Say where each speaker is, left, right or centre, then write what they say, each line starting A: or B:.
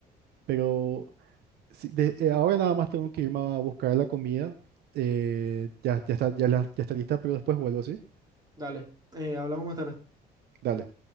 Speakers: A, on the right; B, on the right.
A: Pero sí, de- eh, ahora nada más tengo que irme a buscar la comida, eh, ya, ya está, ya, la- ya está lista, pero después vuelvo, ¿sí?
B: Dale, eh, hablamos más tarde.
A: Dale.